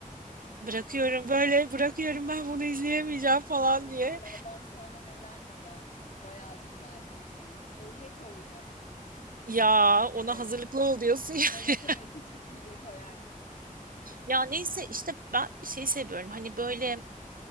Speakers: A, on the right; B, on the left.
A: Bırakıyorum böyle bırakıyorum ben bunu izleyemeyeceğim falan
B: O
A: diye.
B: cüce adam sonra neler neler. Bayağı bir ilerleyin yani. O hep olacak.
A: Ya ona
B: Evet.
A: hazırlıklı ol diyorsun ya.
B: Evet
A: <laughs>
B: evet. Hiç gitmeyecek o yani.
A: Ya neyse işte ben şey seviyorum. Hani böyle